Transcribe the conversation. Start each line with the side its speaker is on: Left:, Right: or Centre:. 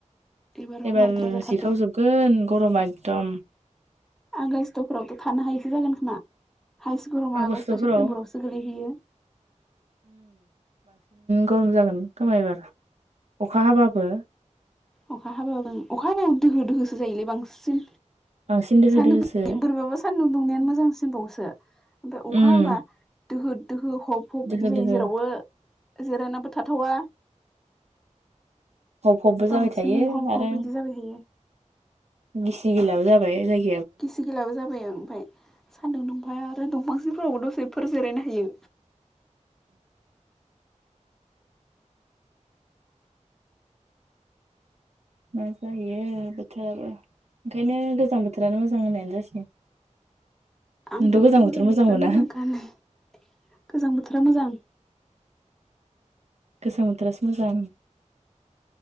Centre: एबाराव
Right: एबार
Centre: बाराद्राय जाथारदो
Right: जिखावजोबगोन गरमा एकदम
Centre: आगसतफोरावथ' थानो हायैसो जागोन खोमा। हाइ स्कुलाव मा
Right: आगष्ट'फोराव
Centre: आगष्टआव सेप्तेम्बरावसो गोलैहैयो
Right: गोरम जागोन खोमा एबार अखा हाबाबो।
Centre: अखा हाबाबो अखा हाबाबो दोहो दोहोसो जायोलै बांसिन
Right: बांसिन दोहो
Centre: सान्दुंबोरै
Right: दोहोसो
Centre: बाबा सान्दुं दुं दुंनायानो मोजांसिन बावसो ओमफ्राय अखा
Right: उम
Centre: हाबा दोहो दोहो। हब हब
Right: दोहो
Centre: बिदि जायो
Right: दोहो
Centre: जेरावबो जिरायनाबो थाथावा
Right: हब हबबो
Centre: बांसिन
Right: जाबाय थायो
Centre: हब
Right: आरो
Centre: हब बिदि जाबाय थायो
Right: गिसि गिलाबो जाबाय जाय
Centre: गिसि गिलाबो जा। बाय ओं ओंफाय सान्दुं दुंफाय आरो दंफांसेफोरावबो दसेफोर जिरायनो हायो
Right: मा जायो बोथोराबो ओंखायनो गोजां बोथोरानो मोजां होननायानो जासिगोन
Centre: <inaudible> आंनि
Right: नोंथ'
Centre: थाखायथ'
Right: बोथोर
Centre: गोजां
Right: मोजां
Centre: बोथोरानो
Right: मोना
Centre: मोजांखा होनलाय गोजां बोथोरा मोजां।
Right: गोजां बोथोरासो मोजां